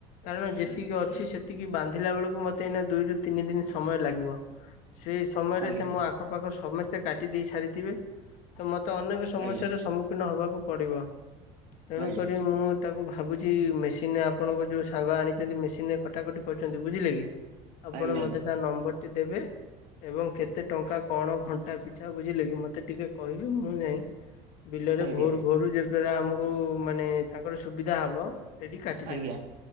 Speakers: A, on the left (about 55°); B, on the right (about 55°).
A: କାରଣ ଯେତିକି ଅ ଅଛି ସେତିକି ବାନ୍ଧିଲା ବେଳକୁ ମତେ ଏଇନା ଦୁଇ ରୁ ତିନି ଦିନ ସମୟ ଲାଗିବ। ସେଇ ସମୟରେ
B: ଆଜ୍ଞା
A: ସେ ମୋ ଆଖପାଖ ସମସ୍ତେ କାଟି ଦେଇ ସାରିଥିବେ। ତ ମତେ ଅନେକ ସମସ୍ୟାର
B: ଆଜ୍ଞା
A: ସମ୍ମୁଖୀନ ହବାକୁ ପଡିବ ତେଣୁକରି
B: ଆଜ୍ଞା
A: ମୁଁ ତାକୁ ଭାବୁଛି ମେସିନରେ ଆପଣଙ୍କ ଯୋଉ ସାଙ୍ଗ ଆଣିଛନ୍ତି ମେସିନରେ କଟାକଟି କରୁଛନ୍ତି ବୁଝିଲେ କି ଆପଣ
B: ଆଜ୍ଞା
A: ମତେ ତା ନମ୍ବରଟି ଦେବେ ଏବଂ କେତେ ଟଙ୍କା କ'ଣ ଘଣ୍ଟା ପିଛା ବୁଝିଲେ କି ମତେ ଟିକେ କହିବେ ମୁଁ ଯାଇଁ ବିଲରେ
B: ଆଜ୍ଞା
A: ଭୋରୁ
B: ଆଜ୍ଞା
A: ଭୋରୁ ଯେତଦ୍ବାରା ଆମକୁ ମାନେ ତାଙ୍କର ସୁବିଧା ହବ ସେଇଠି କାଟିଦେବେ।
B: ଆଜ୍ଞା